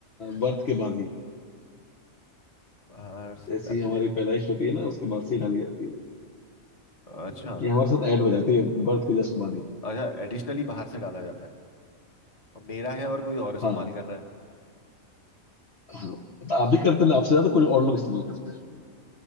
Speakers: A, on the left (about 25°); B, on the left (about 50°).
A: हैं
B: बर्थ के बाद ही
A: <laughs> बाहर से
B: जैसी
A: डाले
B: हमारी पैदाइश होती है ना उसके बाद से ही डाली जाती है
A: अच्छा
B: ये हमारे साथ ऐड हो जाती है बर्थ के जस्ट बाद ही
A: अच्छा एडिशनली बाहर से डाला जाता है और मेरा है और कोई और इस्तेमाल
B: हाँ
A: कर रहा
B: हाँ मतलब आप भी करते ना आपसे ज्यादा कोई और लोग इस्तेमाल करते हैं